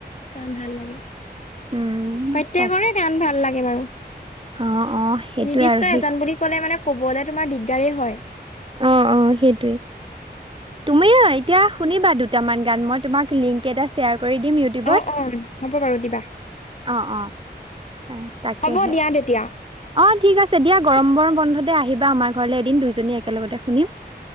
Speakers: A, on the left; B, on the right.
A: গান ভাল লাগে,
B: উম
A: প্ৰত্যেকৰে
B: তাক
A: গান ভাল লাগে বাৰু।
B: অ' অ' সেইটোয়ে
A: নিৰ্দিষ্ট
B: আৰু সেই।
A: এজন বুলি ক'লে মানে ক'বলৈ তোমাৰ দিগদাৰেই হয়।
B: অ অ সেইটোৱেই। তুমি এতিয়া শুনিবা দুটামান গান মই তোমাক লিংক এটা শ্বেয়াৰ কৰি দিম। ইউটিউবত।
A: অ' অ হ'ব বাৰু দিবা
B: অ', অ', অ', তাকেহে
A: হ'ব দিয়া তেতিয়া।
B: অ' ঠিক আছে দিয়া, গৰম গৰম বন্ধতে আহিবা আমাৰ ঘৰলৈ এদিন দুইজনী একেলগতে শুনিম।